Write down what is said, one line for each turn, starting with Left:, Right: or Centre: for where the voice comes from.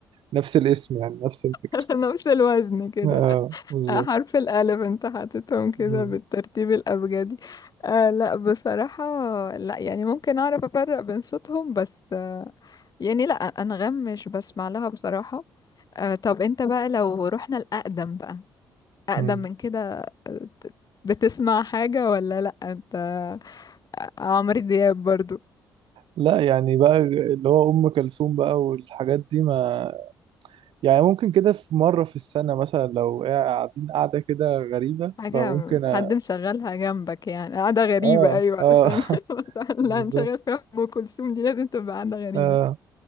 Right: نفس الاسم يعني نفس الفكره
Left: على نفس الوزن كده
Right: اه بالظبط
Left: آه، حرف الألف انت حاططهم كده
Right: مم.
Left: بالترتيب الأبجدي آه لا بصراحة لا يعني ممكن أعرف أفرق بين صوتهم بس آه يعني لا أنغام مش بسمع لها بصراحة آه طب انت بقى لو رحنا الأقدم بقى أقدم
Right: مم.
Left: من كده آه، بتسمع حاجة ولا لا انت آه، عمرو دياب برضو
Right: لا يعني بقى اللي هو ام كلثوم بقى والحاجات دي ما يعني ممكن كده في مره في السنه مثلا لو قاعدين قاعده كده غريبه
Left: حاجة
Right: فممكن أ...
Left: حد مشغلها جنبك يعني قاعدة غريبة
Right: اه
Left: أيوة
Right: اه
Left: عشان
Right: <laughs>
Left: <laughs> مثلا لا
Right: بالظبط
Left: نشغل فيها أم كلثوم دي لازم تبقى قاعدة غريبة
Right: آه